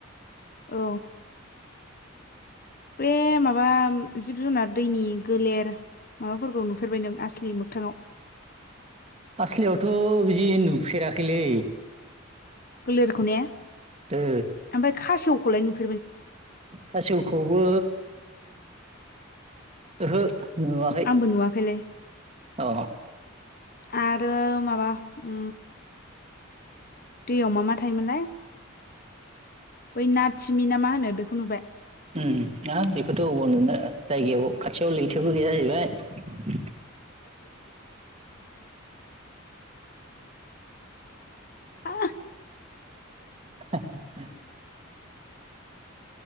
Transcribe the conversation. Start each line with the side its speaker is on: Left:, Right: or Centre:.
Left: औ। बे माबा जिब जुनार दैनि गोलेर माबाफोरखौ नुफेरबाय नों आसलि मोखथाङाव।
Right: आसलियावथ' बिदि नुफेराखैलै।
Left: गोलोरखौ ने ओमफफ्राय
Right: ओ
Left: खासेवखौलाय न?
Right: खासेवखौबो ओहो। नुवाखै
Left: आंबो नुवाखैलै।
Right: अ।
Left: आरो माबा उ दैयाव मा मा थायोमोनलाय बै नाथिमि ना मा होनो बेखौ नुबाय
Right: हाब बेखौथ' अबाव नुो जायगायाव खाथियाव लैथोबो गैया जाहैबाय
Left: आ
Right: <unintelligible>